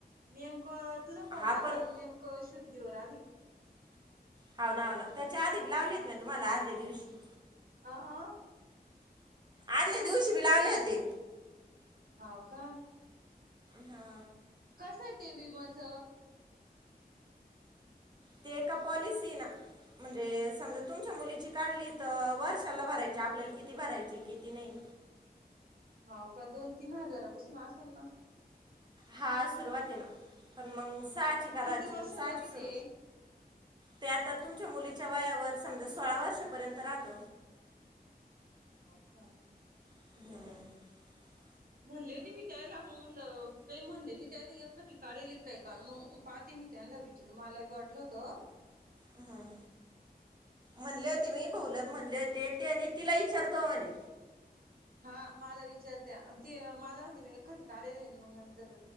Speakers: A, on the right; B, on the right.
A: नेम तझो फोन
B: हा
A: <unintelligible>
B: पण
A: नेमकं शुद्धीवर आली.
B: होा ना हो ना त्याच्या आधीी लावलेत ना तुम्हाला आदल्या दिवशी
A: हा ह
B: आदले दिवशी बिलावले होते
A: होव का
B: हा
A: कसं आहे ते विमाच
B: ते एका पॉलिसी ना म्हणजे समजा तुमच्या मुलीची काढली तर वर्षाला भरायची आपल्याला किती भरायची किती नाही
A: होाव का दोन तीन हजारापसून असेल ना
B: हा सुरुवात आहे ना पण मग साची कराची
A: किती वर्ष
B: साची
A: लोक आहे
B: सुर
A: ते
B: त्यात तुमच्या मुलीच्या वयावर समजा सोळा वर्षापर्यंत राहत
A: होवका
B: हम्म
A: म्हणले होते मी त्याला म काही म्हणले मी त्या नाही कधी काढल काय का मग पाहते मी त्यांना विचारू मला बी वाटलं होत
B: हम्म म्हणले होते मी बऊल म्हणले होते ते ते आणि तिला विचारतो म्हणे
A: हा मला विचारत ते मला म्हणते मी एखी काडे देईन मग इर